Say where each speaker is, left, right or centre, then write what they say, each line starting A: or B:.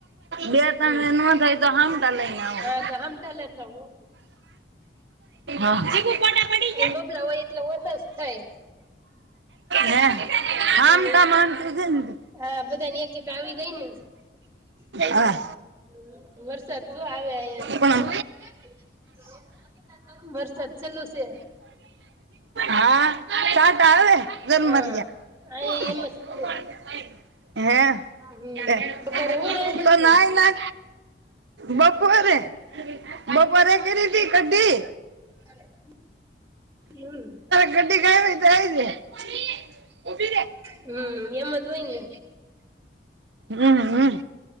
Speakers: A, on the right (about 80°); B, on the right (about 15°).
A: બે ત્રણએ
B: હમ્મ.
A: નો થાય. તો હામટા લઈને આવો.
B: હા
A: <inaudible>
B: તો હમટા લેતા આવો.
A: હહ <inaudible>
B: એ બબલા હોય એટલા ઓશા જ થાય.
A: હે
B: હમ
A: આમ કામ આમ થઈ જાય ને તો.
B: હા બધાને એક એક આવી જાય ને. <inaudible>
A: હા
B: વરસાદ જો આવે અહીંયા.
A: પણ
B: <inaudible> <inaudible> વરસાદ ચલુ સે.
A: હા ટાટ આવે તન
B: હા
A: માર્યા
B: અહિયાં એમ જ છે.
A: હે
B: હમ
A: તે
B: બપોરે હું રાંધુ
A: તો
B: તું
A: નાય ના બપોરે બપોરે કરી તી કડી
B: <inaudible> હમ
A: ગડી કાઈ તો આવી છે ઊભી રે.
B: હમ એમેજ હોય ને
A: હમ હમ